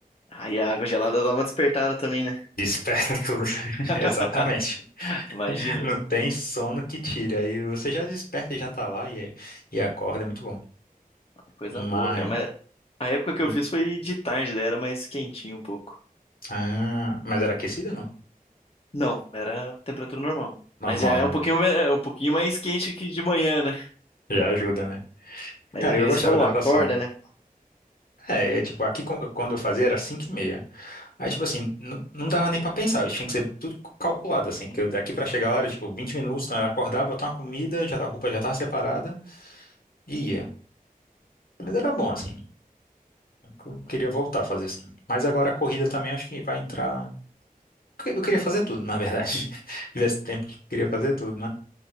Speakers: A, on the left; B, on the left.
A: Aí a água gelada dá uma despertada também, né?
B: Desperta <laughs> tudo.
A: <laughs>
B: Exatamente.
A: Imagina,
B: Não tem sono que tire. Aí você já desperta e já tá lá e, é, e acorda, é muito bom.
A: coisa
B: Mas,
A: boa, cara, mas a época que
B: hum,
A: eu fiz foi de tarde, daí era mais quentinho um pouco.
B: ah, mas era aquecida, não?
A: Não, era temperatura normal.
B: Normal,
A: Mas já é
B: né?
A: um pouquinho, me- é um pouquinho mais quente que de manhã, né?
B: Já ajuda, né?
A: Mas
B: Cara,
A: é que
B: eu
A: nem
B: gostava
A: você falou,
B: da
A: acorda,
B: natação.
A: né?
B: É, é tipo, aqui co- quando eu fazia era 5 e meia. Aí, tipo assim, n- não dava nem pra pensar, eu tinha que ser tudo calculado, assim, porque eu daqui pra chegar lá era, tipo, 20 minutos, então era acordar, botar uma comida, já tá- a roupa já tava separada e ia. Mas era bom, assim. Eu
A: Uhum.
B: queria voltar a fazer assim. Mas agora a corrida também acho que vai entrar. Eu queria fazer tudo, na verdade. <laughs> Se tivesse tempo, queria fazer tudo,